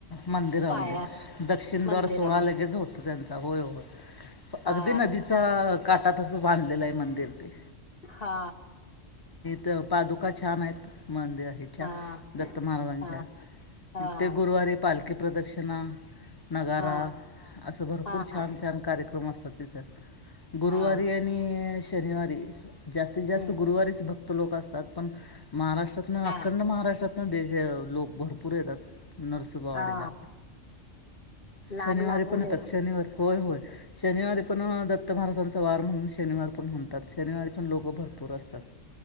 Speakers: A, on the left; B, on the left.
A: मंदिरामध्ये
B: पायास
A: दक्षिणद्वार
B: मंदिरामध्ये
A: सोहळा लगेच होतो त्यांचा. होय होय.
B: हा
A: अगदी नदीचा काटातचं बांधलेलंय मंदिर ते.
B: हा.
A: त पादुका छान आहेत. मंदिर हेच्या.
B: हा हा
A: दत्त महाराजांच्या
B: हा हा
A: प्रत्येक गुरुवारी पालखी प्रदक्षिणा, नगारा
B: हा
A: असं भरपूर
B: हा
A: छान रम असतात तिथं. गुरुवारी
B: हा
A: आणि शनिवारी जास्तीत जास्त
B: हम्म,
A: गुरुवारीच भक्त लोक असतात. पण महाराष्ट्रातन,
B: हा
A: अखंड महाराष्ट्रात देश लोक भरपूर येतात नरसोबावाडीला.
B: हा लांब
A: शनिवारी
B: लांबून
A: पण येतात. शनिवार होय होय. शनिवारी पण दत्त महाराजांचा वार म्हणून शनिवार पण म्हणतात. शनिवारी पण लोकं भरपूर बसतात.